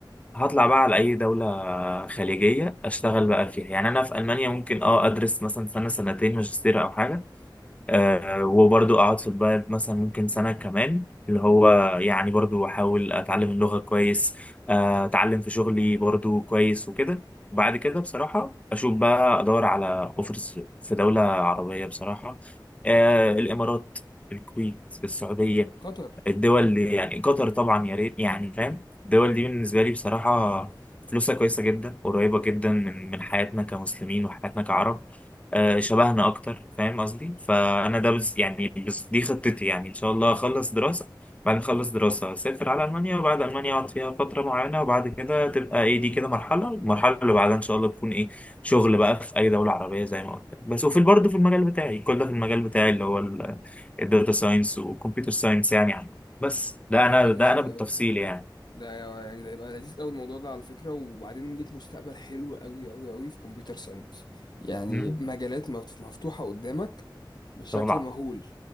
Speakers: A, on the left; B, on the left.
A: هطلع بقى على اي دولة خليجية اشتغل بقى فيها يعني انا في المانيا ممكن اه ادرس مثلا سنة سنتين ماجستير او حاجة آه وبرضو أقعد في البلد مثلا ممكن سنة كمان اللي هو يعني برضو أحاول أتعلم اللغة كويس آه أتعلم في شغلي برضو كويس وكده وبعد كده بصراحة أشوف بقى أدور على أوفرز في دولة عربية بصراحة آه الإمارات الكويت السعودية
B: قطر
A: الدول دي يعني قطر طبعا يا ريت يعني فاهم الدول دي بالنسبة لي بصراحة فلوسها كويسة جدا قريبة جدا من من حياتنا كمسلمين وحياتنا كعرب آه شبهنا أكتر فاهم قصدي فأنا ده بز يعني بز دي خطتي يعني إن شاء الله أخلص دراسة بعد ما أخلص دراسة أسافر على ألمانيا وبعد ألمانيا أقعد فيها فترة معينة وبعد كده تبقى إيه دي كده مرحلة والمرحلة اللي بعدها إن شاء الله تكون إيه شغل بقى في أي دولة عربية زي ما قلت لك. بس وفي برضه في المجال بتاعي كل ده في المجال بتاعي اللي هو الداتا ساينس وكمبيوتر ساينس يعني بس ده
B: ده
A: انا
B: هيبقى
A: ده
B: لذيذ
A: انا بالتفصيل
B: قوي
A: يعني
B: ده يعني ده يبقى لذيذ قوي الموضوع ده على فكرة وبعدين ليك مستقبل حلو قوي قوي قوي في كمبيوتر ساينس يعني
A: مم.
B: مجالات مف- مفتوحة قدامك بشكل
A: طبعا
B: مهول